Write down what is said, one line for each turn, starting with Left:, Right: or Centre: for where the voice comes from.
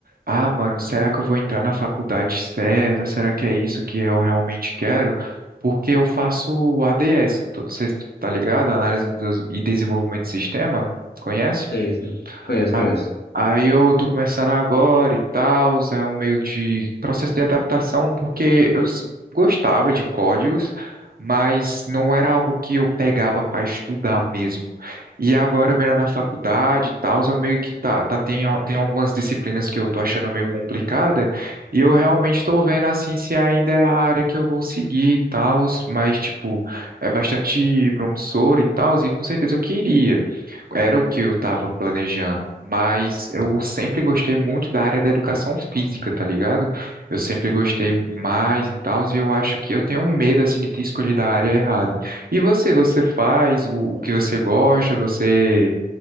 Right: ah, mano, será que eu vou entrar na faculdade certa? Será que é isso que eu realmente quero? Porque eu faço ADS, não tô- você tá ligado? Análise dos- e Desenvolvimento de Sistema, conhece?
Left: Sei, sei. Conheço,
Right: A-
Left: conheço.
Right: Aí eu tô começando agora e tal, é um meio de processo de adaptação, porque eu s- gostava de códigos, mas não era algo que eu pegava para estudar mesmo. E agora, vendo na faculdade e tal, eu meio que tá, tá tem, al- tem algumas disciplinas que eu tô achando meio complicada, e eu realmente tô vendo assim se ainda é a área que eu vou seguir e tal, mas tipo, é bastante promissor e tal, e com certeza eu queria. Era o que eu estava planejando, mas eu sempre gostei muito da área da educação física, tá ligado? Eu sempre gostei mais e tal, e eu acho que eu tenho um medo assim de ter escolhido a área errada. E você, você faz o, o que você gosta? Você